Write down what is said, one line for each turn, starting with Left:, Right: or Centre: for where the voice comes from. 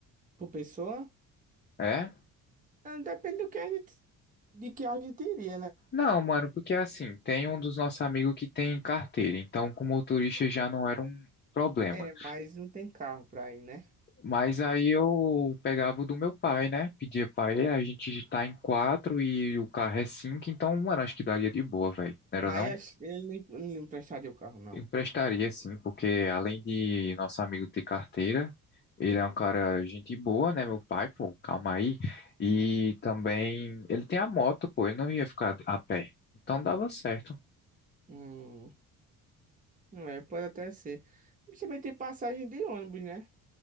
Right: por pessoa?
Left: É?
Right: Ah, Depende do que a gente, de que a gente iria, né?
Left: Não, mano, porque assim, tem um dos nossos amigos que tem carteira, então com motorista já não era um problema.
Right: É, mas não tem carro pra ir, né?
Left: Mas aí eu pegava o do meu pai, né, pedia pra ele, a gente tá em quatro e o carro é cinco, então, mano, acho que daria de boa, velho, não
Right: Mas
Left: era não?
Right: acho que ele não não emprestaria o carro, não.
Left: Emprestaria sim, porque além de nosso amigo ter carteira, ele é um cara gente boa, né, meu pai, pô, calma aí. E também ele tem a moto, pô, ele não ia ficar a pé. Então dava certo.
Right: Hum, é, pode até ser. Mas também tem passagem de ônibus, né?